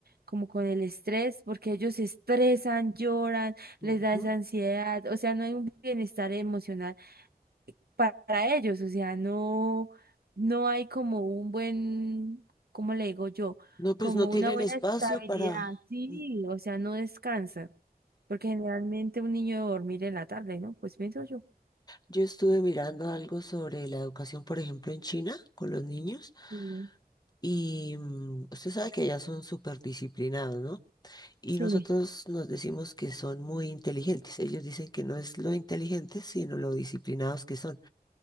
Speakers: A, on the right (about 80°); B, on the left (about 25°).
A: como con el estrés, porque ellos se estresan, lloran,
B: ujú.
A: les da esa ansiedad, o sea, no hay un bienestar emocional pa- para ellos, o sea, no, no hay como un buen, ¿cómo le digo yo?
B: No, pues
A: Como
B: no tienen
A: una buena
B: espacio
A: estabilidad,
B: para...
A: sí,
B: mm,
A: o sea, no descansan, porque generalmente un niño debe dormir en la tarde, ¿no? Pues pienso yo.
B: Yo estuve mirando algo sobre la educación, por ejemplo, en China con los niños
A: Sí.
B: y mm, usted sabe que ya son súper disciplinados, ¿no? Y
A: Sí.
B: nosotros nos decimos que son muy inteligentes. Ellos dicen que no es lo inteligentes, sino lo disciplinados que son.